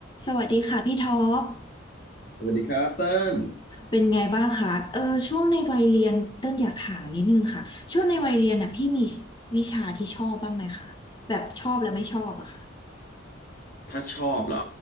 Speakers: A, on the left; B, on the left.
A: สวัสดีค่ะพี่ท็อป
B: สวัสดีครับเติ้ล
A: เป็นไงบ้างคะเออช่วงในวัยเรียนเต้นอยากถามนิดนึงค่ะ ช่วงในวัยเรียนน่ะพี่มีวิชาที่ชอบบ้างไหมคะ แบบชอบและไม่ชอบอะค่ะ
B: ถ้าชอบเหรอ